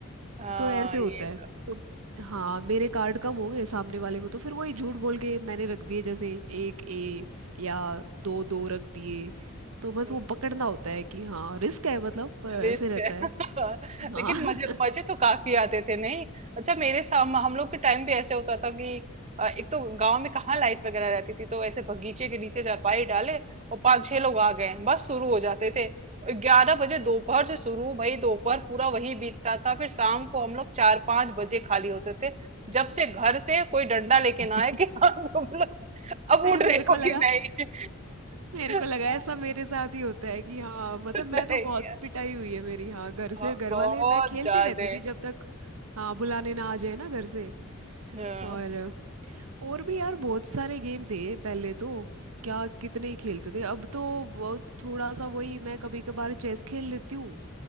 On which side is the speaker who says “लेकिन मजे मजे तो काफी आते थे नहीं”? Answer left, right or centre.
Right